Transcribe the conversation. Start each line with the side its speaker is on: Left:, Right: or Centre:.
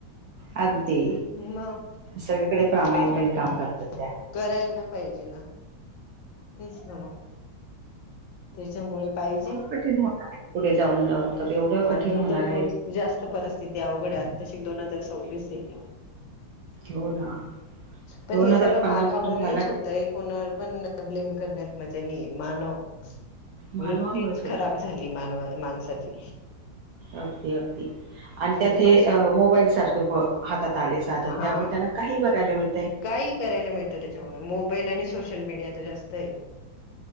Right: अगदी
Left: मग
Right: सगळीकडे प्रामाणिकपणे
Left: कामा
Right: काम करतात
Left: <unintelligible>
Right: त्या
Left: करायला पाहिजे ना! तेच ना मग त्याच्यामुळे पाहिजे
Right: खूप कठीण होणार आहे पुढे जाऊन जाऊन तर एवढं कठीण
Left: अजून
Right: होणार
Left: तर पुढे
Right: आहे
Left: जास्त परिस्थिती अवघड आहे आताशी दोन हजार सव्वीस आहे.
Right: हो ना
Left: पण
Right: दोन
Left: हे
Right: हजार
Left: सगळं
Right: पन्नास
Left: मानवामुळेच
Right: पर्यंत मला
Left: होत. ताई कोणावर पण ब्लेम करण्यात मजा नाही मानव.
Right: मानवामुळेच
Left: वृत्तीच
Right: होतं
Left: खराब झाली मानवा माणसाची!
Right: अगदी अगदी आणि त्यात
Left: ती
Right: हे
Left: बस
Right: अ मोबाईल सारखं हातात आले साधन
Left: हा
Right: त्यामुळे त्याना! काही बघायला मिळतय.
Left: काही करायला मिळतं त्याच्यामुळे मोबाईल आणि सोशल मीडिया तर जास्त ये.